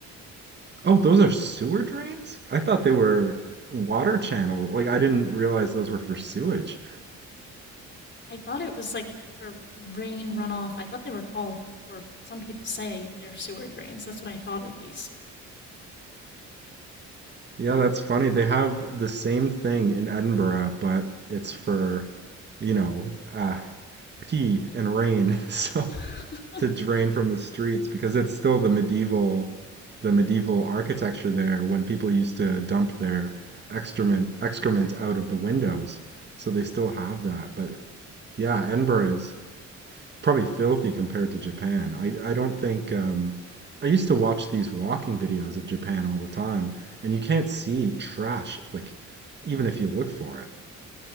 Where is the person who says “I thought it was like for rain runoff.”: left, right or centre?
Left